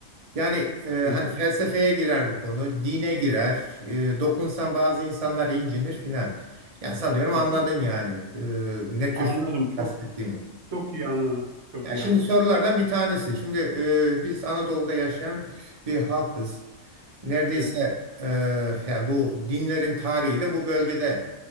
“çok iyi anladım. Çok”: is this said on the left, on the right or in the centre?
Right